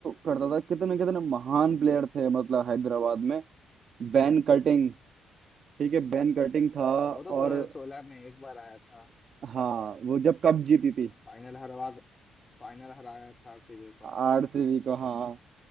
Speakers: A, on the right (about 55°); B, on the left (about 25°).
A: करता था कितने कितने महान प्लेयर थे मतलब हैदराबाद में Ben Cutting ठीक है बैन कटिंग था
B: वो तो 2016
A: और
B: में एक बार आया था
A: हाँ वो जब कप जीती थी
B: फाइनल हरवा फाइनल हराया था आरसीबी को
A: आरसीबी को हाँ